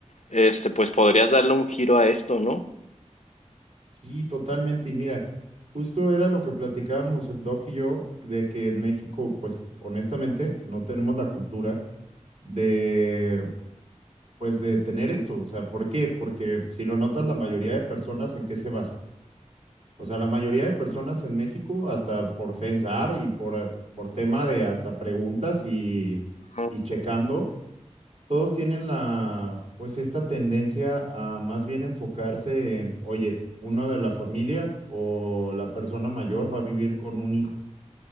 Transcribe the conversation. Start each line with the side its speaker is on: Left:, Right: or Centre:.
Left: este, pues podrías darle un giro a esto, ¿no?
Right: Sí, totalmente. Y mira, justo era lo que platicábamos el doc y yo, de que en México, pues honestamente, no tenemos la cultura de pues de tener esto. O sea, ¿por qué? Porque si lo notas, la mayoría de personas en qué se basa. O sea, la mayoría de personas en México, hasta por censar y por, por tema de hasta preguntas y,
Left: Ujú.
Right: y checando, todos tienen la, pues esta tendencia a más bien enfocarse en, oye, uno de la familia o la persona mayor va a vivir con un hijo